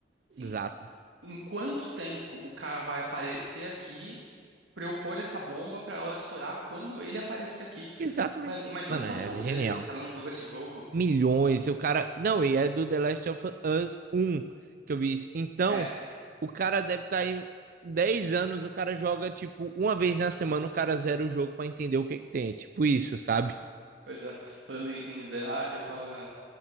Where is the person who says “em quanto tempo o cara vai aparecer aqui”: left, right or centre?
Right